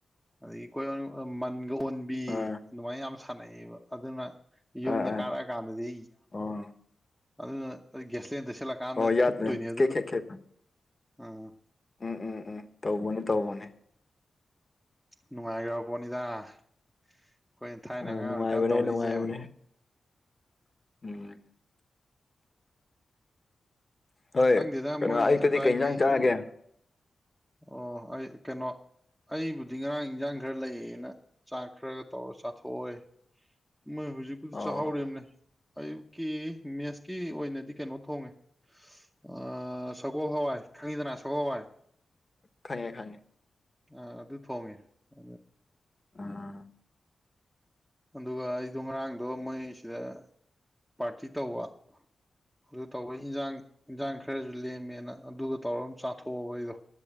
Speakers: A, in the centre; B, on the left.
A: ꯑꯗꯒꯤ ꯀꯣꯏꯑꯣꯏ ꯃꯟꯒ ꯑꯣꯟꯕꯤ
B: ꯑꯥ
A: ꯑꯗꯨꯃꯥꯏꯅ ꯌꯥꯝ ꯁꯥꯟꯅꯩꯑꯕ ꯑꯗꯨꯅ ꯌꯨꯝꯗ
B: ꯑꯥ ꯑꯥ
A: ꯀꯥꯔꯛꯑ ꯀꯥꯟꯗꯗꯤ
B: ꯑꯣ
A: ꯑꯗꯨꯅ ꯒ꯭ꯌꯦꯁꯂꯦꯟ ꯇꯩꯁꯤꯜꯂꯛꯀꯥꯟꯗ
B: ꯑꯣ ꯌꯥꯗ꯭ꯔꯦ
A: ꯊꯨꯞꯇꯣꯏꯅꯦ ꯑꯗꯨꯅ
B: ꯀꯦꯛ ꯈꯦꯛ ꯈꯦꯛ
A: ꯑꯥ
B: ꯎꯝ ꯎꯝ ꯎꯝ ꯇꯧꯕꯅꯤ ꯇꯧꯕꯅꯦ
A: ꯅꯨꯡꯉꯥꯏꯈ꯭ ꯄꯣꯠꯅꯤꯗ ꯑꯩꯈꯣꯏ ꯊꯥꯏꯅ
B: ꯑꯥ
A: ꯑꯉꯥꯡ
B: ꯅꯨꯡꯉꯥꯏꯕꯅꯦ
A: ꯑꯣꯏꯔꯤꯀꯥꯟꯗ ꯇꯧꯔꯛꯏꯁꯦ
B: ꯅꯨꯡꯉꯥꯏꯕꯅꯦ ꯎꯝ ꯍꯣꯏ
A: ꯈꯪꯗꯦꯗ
B: ꯀꯩꯅꯣ
A: ꯃꯣꯏ
B: ꯑꯌꯨꯛꯇꯗꯤ
A: ꯑꯗꯨꯋꯥꯏꯒꯤ
B: ꯀꯩ ꯏꯟꯖꯥꯡ ꯆꯥꯒꯦ
A: ꯑꯣ ꯑꯩ ꯀꯩꯅꯣ ꯑꯩꯕꯨꯗꯤ ꯉꯔꯥꯡ ꯏꯟꯁꯥꯡ ꯈꯔ ꯂꯩꯌꯦꯅ ꯆꯥꯛ ꯈꯔꯒ ꯇꯧꯔ ꯆꯥꯊꯣꯛꯑꯣꯏ ꯃꯣꯏ ꯍꯧꯖꯤꯛꯄꯨꯗꯤ
B: ꯑꯣ
A: ꯆꯥꯍꯥꯎꯔꯤꯅꯦ ꯑꯌꯨꯛꯀꯤ ꯃꯦꯁꯀꯤ ꯑꯣꯏꯅꯗꯤ ꯀꯩꯅꯣ ꯊꯣꯡꯉꯦ ꯑ ꯁꯒꯣꯜ ꯍꯋꯥꯏ ꯈꯪꯉꯤꯗꯅ ꯁꯒꯣꯜ ꯍꯋꯥꯏ
B: ꯈꯪꯉꯦ ꯈꯪꯉꯦ
A: ꯑ ꯑꯗꯨ ꯊꯣꯡꯉꯦ ꯑ
B: ꯑꯥ
A: ꯑꯗꯨꯒ ꯑꯩꯗꯣ ꯉꯔꯥꯡꯗꯣ ꯃꯣꯏꯁꯤꯗ ꯄꯥꯔꯇꯤ ꯇꯧꯕ ꯑꯗꯨ ꯇꯧꯕ ꯏꯟꯖꯥꯡ ꯏꯟꯖꯥꯡ ꯈꯔꯁꯨ ꯂꯦꯝꯃꯦꯅ ꯑꯗꯨꯒ ꯇꯧꯔꯒ ꯑꯃ ꯆꯥꯊꯣꯛꯑꯕ ꯑꯩꯗꯣ